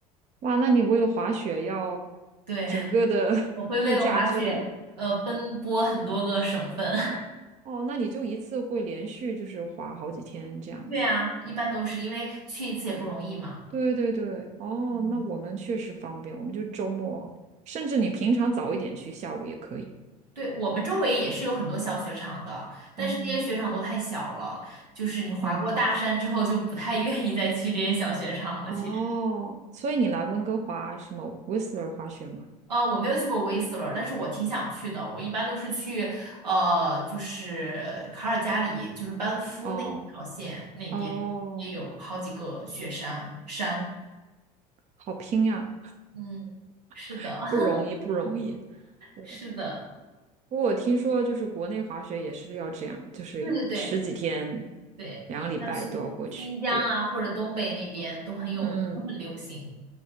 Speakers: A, on the right; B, on the right.
A: 哇，那你为了滑雪要
B: 对，
A: 整个的
B: <laughs>
A: <laughs>
B: 我会为了滑雪，
A: 度假之旅
B: 呃，奔波很多个省份。
A: 哦，那你就一次会连续就是滑好几天这样子。
B: <laughs> 对啊，一般都是因为去一次也不容易嘛。
A: 对对对，哦，
B: 嗯，
A: 那我们确实方便，我们就周末，甚至你平常早一点去，下午也可以。
B: 对，我们周围也是有很多小雪场的，但是那些雪场都太小了，
A: 嗯
B: 就是你滑过大山之后就不太
A: 嗯，
B: <laughs> 愿意再去这些小雪场了。
A: 哦，
B: 其实。
A: 所以你来温哥华什么 Whistler 滑雪吗？
B: 呃，我没有去过威斯勒，但是我挺想去的。我一般都是去，呃，就是卡尔加里，就是班夫那条线那边也有好几个雪山山。
A: 哦哦，好拼呀，
B: 嗯，是的，
A: <laughs>
B: <laughs>
A: 不容易不容易。对。
B: 是的，
A: 不过我听说就是国内滑雪也是要这样，就是十几天、
B: 对对对对，
A: 两个礼拜都要过去。
B: 像去新疆啊或者东北那边都很有，
A: 对，嗯，
B: 都很流行。